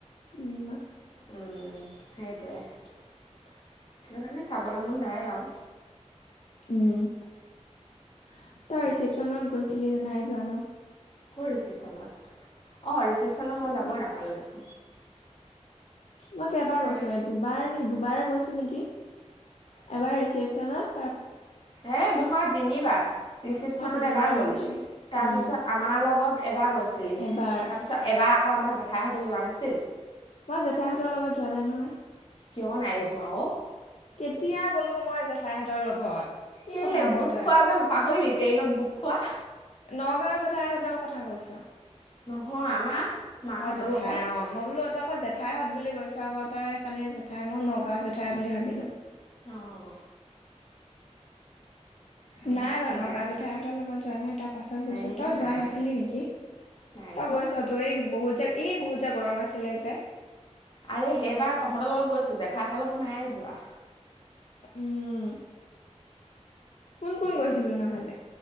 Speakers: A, on the left; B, on the left.
A: উম।
B: উম সেইটোৱে সেইটো কাৰণে চাবলৈ মন যায় আৰু।
A: উম তই ৰিচেপচনত গৈছিলি জানো নাই যোৱা নহ।
B: ক'ৰ ৰিচিপশ্যনত অ' ৰিচিপশ্যনত মই
A: এতিয়া
B: যাবই নাপালোঁ।
A: মই কেইবাৰ
B: তাই
A: গৈছোঁ এ দুবাৰ নি দুবাৰ গৈছোঁ নেকি এবাৰ ৰিচিপশ্যনত।
B: এ নহয় তিনিবাৰ ৰিচিপশ্যনত
A: মই তিনিবাৰ
B: এবাৰ গ'লি
A: গৈছো
B: তাৰপিছত
A: উম
B: আমাৰ লগত। এবাৰ গৈছিলি
A: এবাৰ
B: তাৰ পিছত এবাৰ আকৌ আমাৰ জেঠাইহত যোৱা নাছিল।
A: মই জেঠাইহঁতৰ লগত যোৱা নাই নহয়।
B: কিয় নাই যোৱা অ।
A: কেতিয়া গ'লোঁ মই জেঠাইহঁতৰ লগত। কি
B: কেলে
A: কথা ক
B: বুট
A: তই
B: খোৱা যে পাহৰিল ট্ৰেইনত বুট খোৱা।
A: নগাঁও জেঠাইহঁতৰ কথা কৈছ।
B: নহয় আমাৰ মাহঁতৰ
A: অ জেঠাই
B: লগত
A: অ মই বোলো তই আকৌ জেঠাই। জেঠাইহঁত বুলি কৈছ আকো তই কাৰণে জেঠাই মই নগাঁও জেঠাই বুলি ভাবিলোঁ।
B: অঁ আমাৰ
A: নাই বাৰু
B: মাৰ
A: নগাঁও
B: কথা
A: জেথাইহঁতৰ লগত যোৱা নাই তাৰ পাছত গৈছোঁ
B: এই
A: তই
B: নাই
A: যোৱা নাছিলি নেকি।
B: নাই
A: তই
B: যোৱা
A: গৈছ তোৰ এই বহুত এই বহুত যে গৰম আছিলে যে।
B: আৰে সেইবাৰ তহঁতৰ লগত গৈছোঁ জেঠাইাহঁতৰ লগত নাই যোৱা।
A: উম। কোন কোন গৈছিলোঁ নহলে।